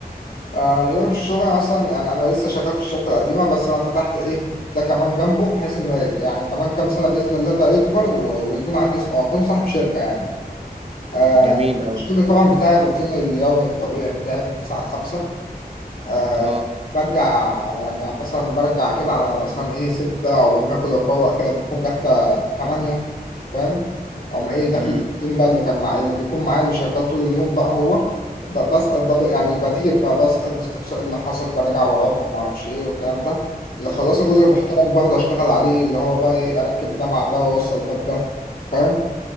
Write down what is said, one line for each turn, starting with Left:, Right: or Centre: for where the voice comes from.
Left: آه يوم في الشغل انا اصلا يعني انا لسه شغال في الشركه القديمه بس انا فتحت ايه ده كمان جنبه بحيث ان يعني كمان كام سنه باذن الله ده يكبر و- ويكون عندي س- او اكون صاحب شركه يعني آه
Right: جميل اوي
Left: الشغل طبعا بتاعي الروتين اليومي الطبيعي بتاعي من 9 ل 5 آه
Right: اه
Left: برجع يعني مثلا برجع كده على مثلا ايه ستة عقبال ما اكل وافوق كده بتكون جت تمانية فاهم أقوم ايه داخل
Right: مم.
Left: اليوم بقى اللي كان مع اللي بيكون معايا اللي شغال طول اليوم بقى هو ب- بسأل بقى يعني بدير بقى بسأل بستفسر إيه اللي حصل براجع وراهم ومعرفش ايه والكلام ده اللي خلص جزء محترم باخده اشتغل عليه اللي هو بقى ايه اركب ده مع ده واوصل ده بده فاهم